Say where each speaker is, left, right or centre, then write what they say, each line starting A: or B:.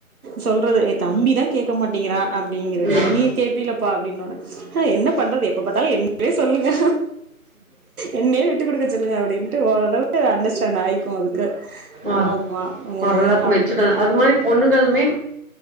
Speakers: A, on the right; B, on the right.
A: சொல்றது எ தம்பிதா கேக்க மாட்டேங்கிறா அப்டிங்கிறது
B: ம்
A: நீ கேப்பில்லப்பா அப்டிங்குறது அ என்ன பண்றது எப்ப பாத்தாலு என்வே சொல்லுங்க என்னே விட்டுக் குடுக்க சொல்லுங்க அப்டின்ட்டு ஓரளவு அண்டர்ஸ்டாண்ட் ஆயிக்கு அதுக்கு
B: ஓர்
A: ஆம்மா ம்
B: ஓரளவுக்கு மெச்சூர்டு அது மாரி பொண்ணுகளுமே